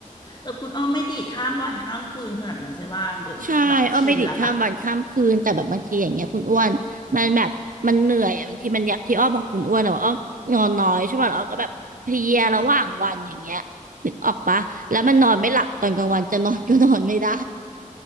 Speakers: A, on the left; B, on the right.
A: แต่คุณอ้อมไม่ดีดข้ามวันข้ามคืนขนาดนั้นใช่ป่ะหรือแบบชินแล้วป่ะ
B: ใช่อ้อนไปดิดข้ามวันข้ามคืนแต่แบบบางทีอย่างเงี้ยคุณอ้วนมันแบบมันเหนื่อยอะบางทีมันอยากที่อ้อบอกคุณอ้วนอะว่าอ้อนอนน้อยใช่ป่ะแล้วอ้อก็แบบเพลียระหว่างวันอย่างเงี้ยนึกออกปะแล้วมันนอนไม่หลับตอนกลางวันจะนอนก็นอนไม่ได้